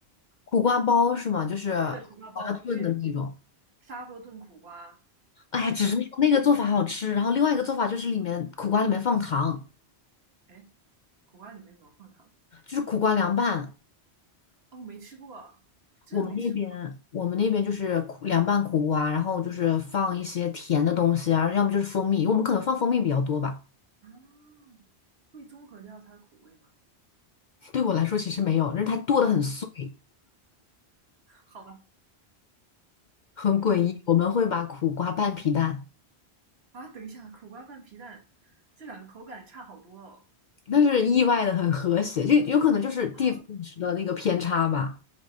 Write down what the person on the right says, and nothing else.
对的，苦瓜煲，对的，对的砂锅炖苦瓜，
纯，
哎，苦瓜里面怎么放糖？
哦，我没吃过，真的没吃
啊，会中和掉它的苦味吗？
好吧，
嗯，
啊，等一下，苦瓜拌皮蛋，这两个口感差好多哦。
啊，